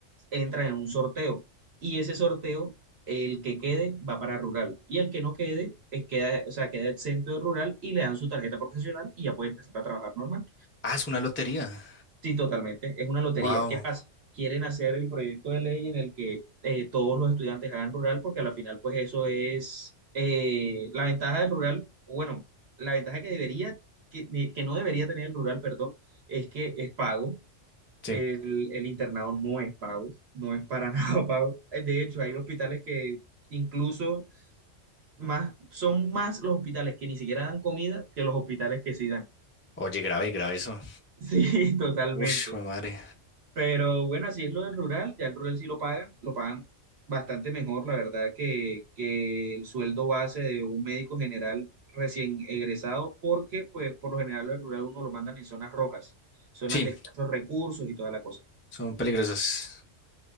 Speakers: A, on the right (about 60°); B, on the left (about 20°).
A: entran en un sorteo. Y ese sorteo, el que quede, va para rural. Y el que no quede, es queda, o sea, queda exento de rural y le dan su tarjeta profesional y ya puede empezar a trabajar normal.
B: Ah, es una lotería.
A: Sí, totalmente. Es una lotería.
B: Wow.
A: ¿Qué pasa? Quieren hacer el proyecto de ley en el que eh, todos los estudiantes hagan rural, porque a la final, pues eso es eh, la ventaja del rural, bueno, la ventaja que debería, que, de- que no debería tener el rural, perdón, es que es pago.
B: Sí.
A: El, el internado no es pago, no es para <laughs> nada pago. Eh, De hecho, hay hospitales que incluso más, son más los hospitales que ni siquiera dan comida que los hospitales que sí dan. <laughs>
B: Oye, grave, grave eso.
A: Sí, totalmente.
B: Uf, jue madre.
A: Pero bueno, así es lo del rural, ya el rural sí lo pagan, lo pagan bastante mejor, la verdad, que, que el sueldo base de un médico general recién egresado, porque pues por lo general el rural uno lo mandan en zonas rojas, zonas
B: Sí,
A: de escasos recursos y toda la cosa.
B: son peligrosas.